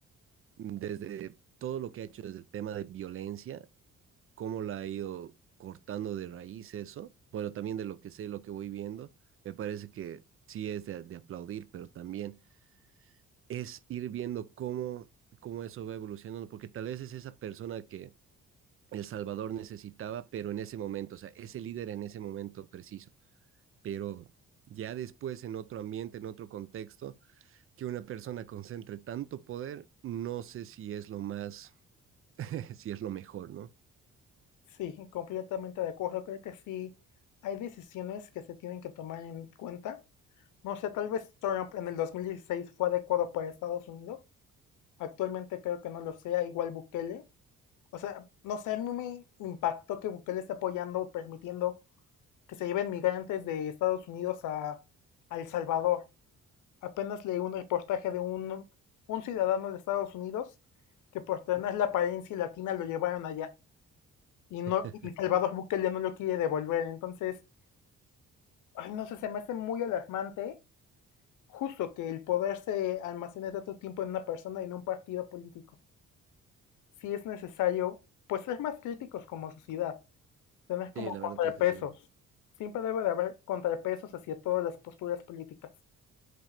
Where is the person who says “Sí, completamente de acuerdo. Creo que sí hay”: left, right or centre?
Left